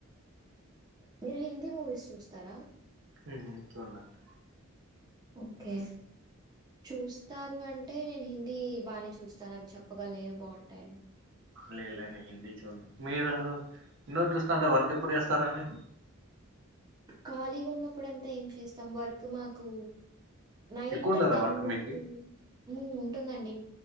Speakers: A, on the right; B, on the right.
A: మీరు హింధీ మూవీస్ చూస్తారా
B: హు హామ్ చూడ నండి
A: ఓకే చూస్తారు అంటే నేను హిందీ బానే చూస్తాను అవి చెప్పగలినేవి బాగుంటాయని
B: లేలేం ఏండి చూడి మీరు <unintelligible> ఇన్నోటి చూస్తాంటే వర్క్ ఎప్పురు చేస్తారంండి
A: ఖాళీగా ఉన్నప్పుడు అంతా ఏం చేస్తాం వర్క్ మాకు నైట్
B: ఎక్కువ ఉండదా
A: టెన్
B: వర్క్
A: వరకు
B: మీకు
A: ఉం ఉంటుందండి